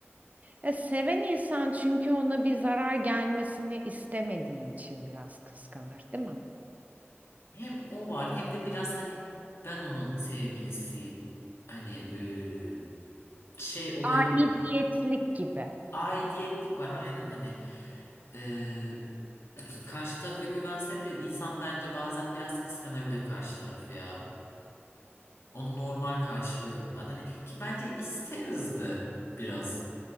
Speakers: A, on the right; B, on the left.
A: Ya seven insan çünkü ona bir zarar gelmesini istemediği için biraz kıskanır, değil mi?
B: Hem o var hem de biraz hani ben onun sevgilisiyim. Hani eee, şey olayı
A: Aidiyetlik
B: da var.
A: gibi.
B: Aidiyetlik var aynen hani. eee, <clears throat> karşı tarafa güvense bile insan bence bazen biraz kıskanabilir karşı tarafı ya. Onu normal karşılıyorum ben. Hani ki bence isteriz de biraz.